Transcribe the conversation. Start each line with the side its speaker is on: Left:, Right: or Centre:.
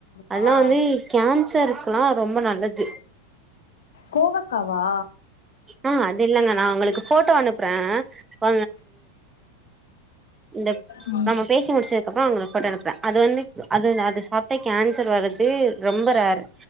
Right: அதெல்லாம்
Left: ஆ.
Right: வந்து கேன்சருக்குலாம் ரொம்ப நல்லது
Left: கோவக்காவா
Right: ஆ அது இல்லங்க நா உங்களுக்கு போட்டோ அனுப்புறன் கொ இந்த
Left: ம்
Right: நமக்கு பேசி முடிச்சதுக்கப்புறோம் உங்ளுக்கு ஃபோட்டோ அது வந்து அது அது சாப்ட்டா கேன்சர் வரர்து ரொம்ப ரேர்ரு